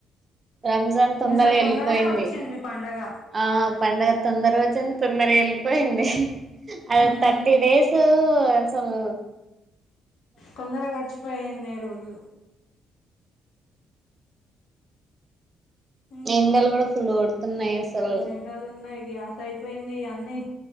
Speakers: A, on the right (about 35°); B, on the left (about 80°).
A: రంజాన్
B: ఈసారి
A: వెళ్ళిపోయింది
B: తొందరగా వచ్చింది పండుగ
A: ఆ పండుగ తొందర వచ్చింది తొందర వెళ్ళిపోయింది అది
B: ఉమ్
A: థర్టీ డేస్ అసలు
B: తొందరగా గడిచిపోయినాయి రోజులు లు ఉమ్
A: ఎందలు కూడా ఫుల్ ఓత న్నాయి అసలు
B: ఎండలు ఉన్నాయి గ్యాస్ అయిపోయింది అన్నీ